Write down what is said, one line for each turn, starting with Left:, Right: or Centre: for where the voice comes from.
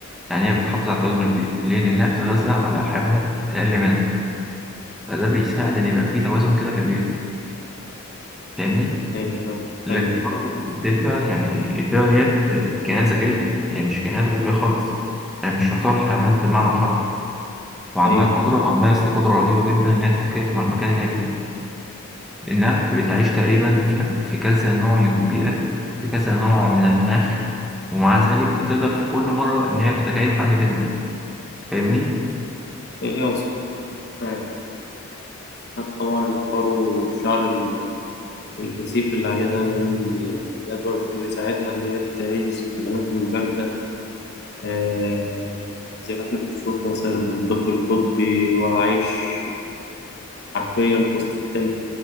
Centre: يعني هي بتحافظ على التوازن البيئي ليه لانها بتتغذى على حيوانات اقل منها فده بيساعد ان يبقى في توازن كده في البيئه فاهمني
Left: أيوه فاهم
Centre: لكن
Left: أيوه
Centre: برضه
Left: فاهم
Centre: الدبة يعني الدبة ديت كائنات ذكية هي مش كائنات غبية خالص يعني مش تعتبر حيوانات بمعنى الحرف وعندها
Left: أيوه
Centre: قدرة
Left: فاهم
Centre: عندها است- قدرة رهيبة جدا إنها تتكيف مع المكان اللي هي فيه لأنها بتعيش تقريبا في يعني في كذا نوع من البيئة في كذا نوع من المناخ ومع ذلك بتقدر في كل مرة إن هي بتتكيف عادي جدا فاهمني؟
Left: أيوه فاهم. طبعا الفرو والشعر ال- الكثيف اللي عليها ده لأن ده برضه بيساعدها إن هي تعيش في الأماكن الباردة آه زي ما إحنا بنشوف مثلا الدب القطبي وعايش حرفيا في وسط التلج